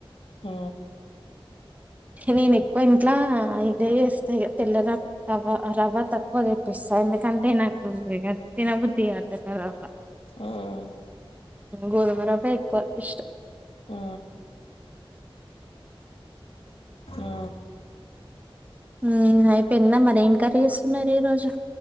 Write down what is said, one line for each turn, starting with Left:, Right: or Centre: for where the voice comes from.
Left: ఊ
Right: నేను ఎక్కువ ఇంట్లా ఇదే చేస్తా ఇగ తెల్లర రవ్వ రవ్వ తక్కువ తెప్పిస్తా స ఎందు కంటే నాకూ తినబుద్ధి కాదు తెల్లరవ్వ
Left: ఉమ్
Right: గోదుమరువ్వే ఎక్కువ ఇష్టం
Left: ఊ ఊ
Right: ఊ అయిపోయింద మరి ఏం కర్రీ చేస్తున్నరు ఈ రోజు